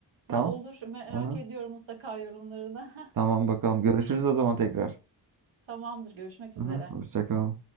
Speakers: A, on the right; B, on the right.
A: Tamam?
B: Ha, Olur merak
A: Aha.
B: ediyorum mutlaka yorumlarını.
A: Tamam bakalım. Görüşürüz o zaman tekrar.
B: <laughs> Tamamdır görüşmek üzere.
A: Aha. Hoşça kal.